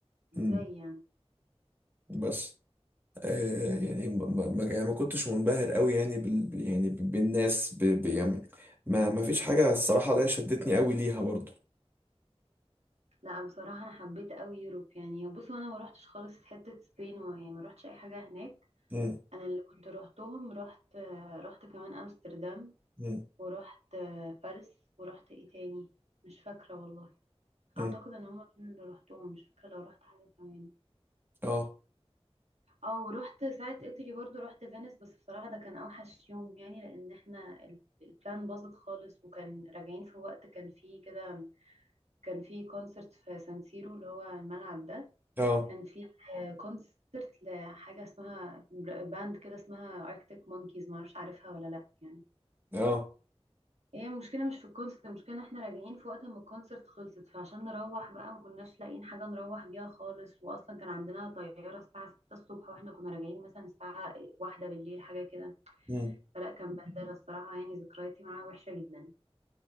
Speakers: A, on the right; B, on the right.
A: ازاي
B: مم.
A: يعني
B: بس آه يعني ما, ما, ما- يعني ما كنتش منبهر قوي يعني بال... بال- يعني ب- بالناس ب... ب... يعني ما ما فيش حاجة الصراحة اللي هي شدتني قوي ليها برضو
A: لا بصراحه انا حبيت قوي يوروب يعني بصوا انا ما روحتش خالص حته سبين ويعني ما روحتش اي حاجه هناك
B: مم.
A: انا اللي كنت روحتهم رحت رحت كمان امستردام
B: مم.
A: ورحت باريس ورحت ايه تاني مش فاكره والله
B: مم.
A: اعتقد ان هما دول اللي روحتهم مش فاكره لو رحت حاجه كمان
B: اه
A: اه ورحت ساعة ايطالي برضو رحت فينيس بس بصراحة ده كان اوحش يوم يعني لان احنا ال- البلان باظت خالص وكان راجعين في وقت كان فيه كده كان فيه كونسرت في سانسيرو اللي هو الملعب ده
B: اه
A: كان فيه آه، كونسرت لحاجة اسمها باند كده اسمها اركتيك مونكيز معرفش عارفها ولا لا يعني
B: اه
A: هي المشكلة مش في الكونسرت المشكلة ان احنا راجعين في وقت ما الكونسرت خلصت فعشان نروح بقى ما كناش لاقيين حاجة نروح بيها خالص واصلا كان عندنا طيارة الساعة 6 الصبح واحنا كنا راجعين مثلا الساعة واحدة بالليل حاجة كده
B: مم.
A: فلا كان بهدلة الصراحة يعني ذكرياتي معاه وحشة جدا